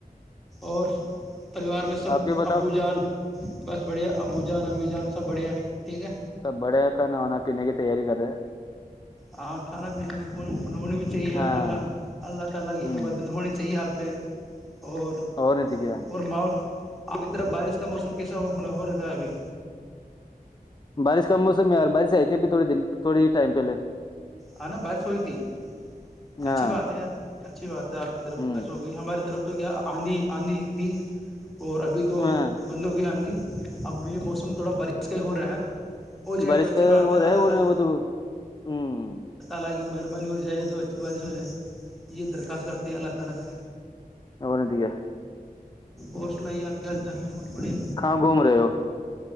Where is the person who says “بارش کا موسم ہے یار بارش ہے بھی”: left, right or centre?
Left